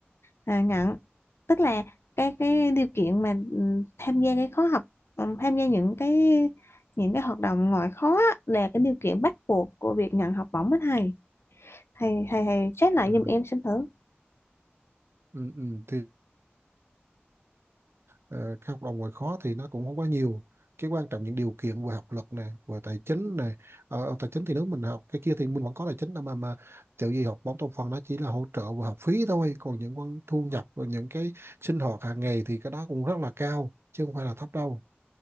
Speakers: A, on the left; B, on the right.
A: à, nhận. Tức là cái cái điều kiện mà ừ, tham gia cái khóa học, ừ, tham gia những cái những cái hoạt động ngoại khóa á, là cái điều kiện bắt buộc của việc nhận học bổng á thầy. Thầy thầy thầy check lại
B: Ừ.
A: giùm em xem thử.
B: Ừ, ừ. Thì ờ, cái học đồng ngoài khó thì nó cũng không quá nhiều cái quan trọng những điều kiện vừa học lực này vừa tài chính này ở ở tài chính thì nếu mình học cái kia thì mình vẫn có tài chính đâu mà mà kiểu gì học bóng trong phần nó chỉ là hỗ trợ vừa học phí thôi còn những con thu nhập và những cái sinh hoạt hàng ngày thì cái đó cũng rất là cao chứ không phải là thấp đâu